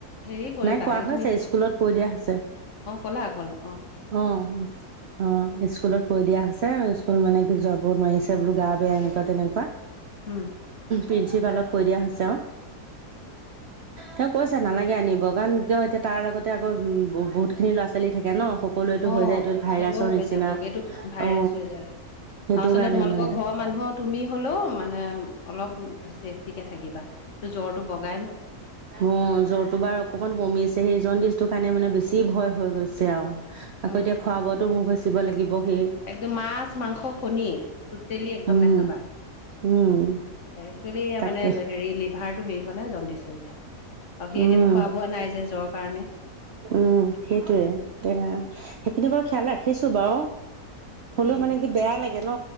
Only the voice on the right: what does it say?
নাই কোৱা
হৈছে
স্কুলত কৈ দিয়া হৈছে।
অ'। অ', স্কুলত কৈ দিয়া হৈছে স্কুলত মানে কি যাব নোৱাৰিছে বোলো গা বেয়া এনেকুৱা তেনেকুৱা।
প্ৰিন্সিপালক কৈ দিয়া হৈছে আৰু, তেওঁ- কৈছে নালাগে আনিব কাৰণ কিয় এতিয়া তাৰ লগতে আকৌ বহুত খিনি ল'ৰা ছোৱালী থাকে ন। সকলোৱেতো
হৈ যায় এইটো ভাইৰাছৰ
নিচিনা
অ
সেইটো
কাৰণে
মানে
অ জ্বৰটো বাৰ অকমান কমিছে সেইজনিষ্টটোৰ কাৰণে মানে বেছি ভয় হৈ গৈছে আৰু। আকৌ
এতিয়া খোৱা বোৱাতো মোৰ গচিব লাগিব। সেই
উম,
উম।
তাকে
উম,
উম সেইটোয়ে দে সেইখিনি বাৰু খিয়াল ৰাখিছো বাৰু। হ'লেও
মানে কি বেয়া লাগে ন।